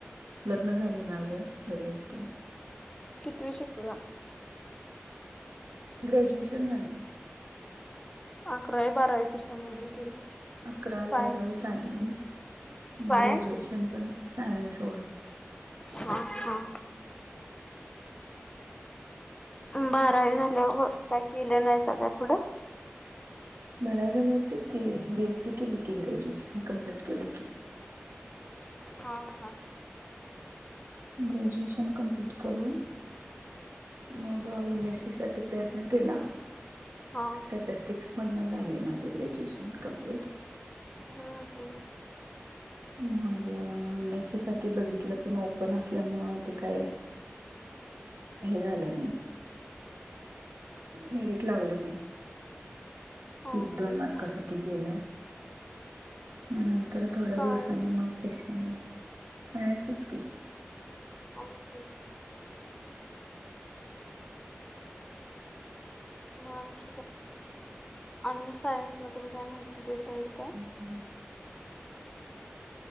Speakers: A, on the right (about 80°); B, on the left (about 20°).
A: लग्न झाले माझ घरी असते.
B: कितवी शिकला?
A: ग्रॅज्युएशन झाले.
B: अकरावी, बारावी. कशामधून केली?
A: अकरावी
B: साय
A: बारावी सायन्स
B: सायन्स
A: ग्रॅज्युएशन पण. सायन्स होय.
B: हा हा. बारावी झाल्या काय केलं नाहीसा काय पुढं?
A: बारावी झाले होतेच की बीएस सी केली की ग्रॅज्युएशन कम्प्लीट केली की.
B: हा हा.
A: ग्रॅज्युएशन कमप्लीट करून मग एम एस सी साठी प्रयत्न केला.
B: हा
A: स्टॅटस्टिक्स मधन झालंय माझं ग्रॅज्युएशन कम्प्लीट.
B: हा हो.
A: मग एम ए सी साठी बघितलं पण ओपन असल्यामुळे ते काय. हे झालं नाही मिरिट लागलं नाही.
B: हा
A: एक
B: हा
A: दोन मार्कासाठी गेलं. मग नंतर थोड्या
B: सायन्स
A: दिवसाांनी मग फशन, सायन्सच की.
B: हो हो.. मानख आणि सायन्स मधून काय माहिती देता येईल काय?
A: हम्.